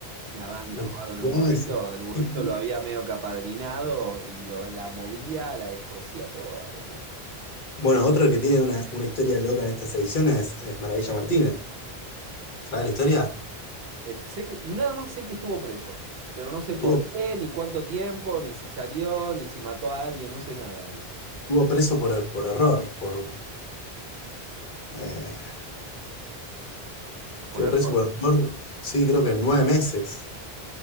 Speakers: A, on the right; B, on the left.
A: Una banda
B: Lo
A: jugaba
B: que
A: con el
B: jugaba
A: burrito,
B: ese
A: el burrito
B: pibe.
A: lo había medio capadrinado y lo- la movía, la descosía toda, boludo.
B: Bueno, otro que tiene una, una historia loca en esta selección es, es Maravilla Martínez. ¿Sabes la historia?
A: Eh, sé que- nada más sé que estuvo preso, pero no sé por
B: Tuvo,
A: qué, ni cuánto tiempo, ni si salió, ni si mató a alguien, no sé nada de eso.
B: tuvo preso por, por error, por, eh,
A: Por
B: estuvo
A: error.
B: preso por error, sí, creo que nueve meses.